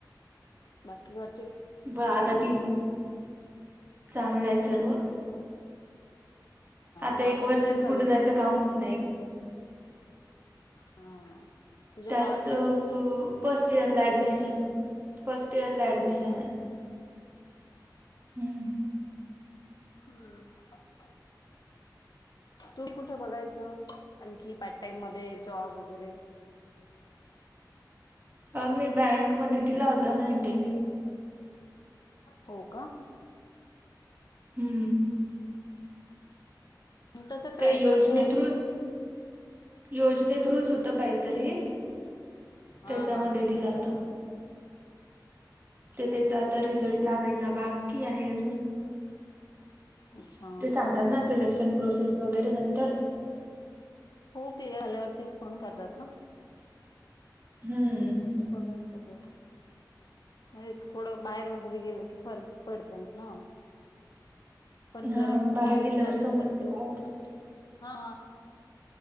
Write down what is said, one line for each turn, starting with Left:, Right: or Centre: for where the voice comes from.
Left: बाकी काय?
Right: ब आता ती चांगलत आहे सर्व. आता
Left: भावाच
Right: एक वर्षच
Left: काय चालू
Right: कुठे
Left: आहे
Right: जायच
Left: तुझ्या
Right: कामच नाही.
Left: हा. तुझ्या
Right: त्याच
Left: भावाच काय चालू आहे
Right: फर्स्ट इयरला ऍडमिशन. फर्स्ट इयर ला ऍडमिशन
Left: हो का
Right: आहे हम्म.
Left: हम्म. तुम्ही कुठं बघायचं आणखी पार्ट टाइम मध्ये जॉब वगैरे. - <inaudible>
Right: हा मी बँकमध्ये दिला होता ना इंटरव्ह्यू.
Left: हो का?
Right: हम्म.
Left: तसं ट्राय
Right: तो योजने
Left: करत राहायचं
Right: थ्रू योजने थ्रुच होत काहीतरी
Left: हा
Right: त्याच्यामध्ये
Left: हा
Right: दिला होता. ते त्याचा आता रिझल्ट लागायचा बाकी आहे अजून.
Left: अच्छा
Right: ते सांगतात ना सिलेक्शन प्रोसेस वगैरे नंतर.
Left: हो क्लिअर आल्यावरतीच फोन करतात ना.
Right: हम्म
Left: बघायच असच. अ थोड बाहेर वगैरे गेल की फरक पडतय ना. पण
Right: हा
Left: घरात पण
Right: बाहेर
Left: नाही
Right: गेल्यावर
Left: सारखं
Right: समजते
Left: सारखं.
Right: काय तर
Left: हा